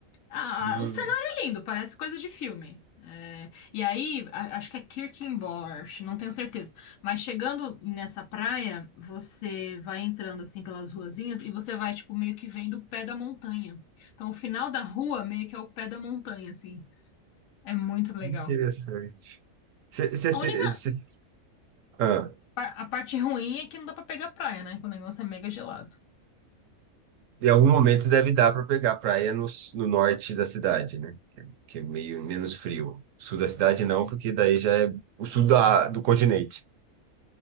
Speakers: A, on the left (about 80°); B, on the right (about 70°).
A: Ah,
B: Hum,
A: ah, o cenário é lindo, parece coisa de filme. É, e aí, a- acho que é Kirkenborch, não tenho certeza. Mas chegando nessa praia, você vai entrando assim pelas ruazinhas e você vai, tipo, meio que vendo o pé da montanha. Então, o final da rua meio que é o pé da montanha, assim. É muito legal.
B: interessante. Você.
A: A única,
B: Ah.
A: a parte ruim é que não dá pra pegar praia, né? Que o negócio é mega gelado.
B: Em algum momento deve dar para pegar a praia no, s- no norte da cidade, né? Que é, que é meio menos frio. Sul da cidade não, porque daí já é o sul da, do continente.